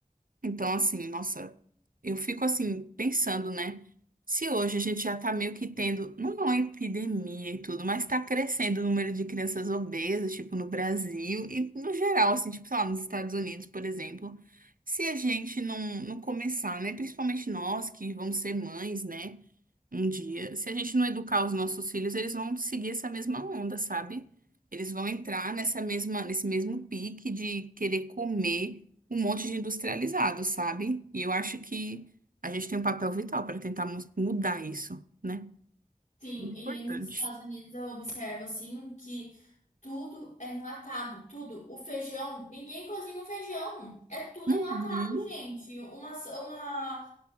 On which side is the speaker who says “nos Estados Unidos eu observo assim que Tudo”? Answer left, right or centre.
Left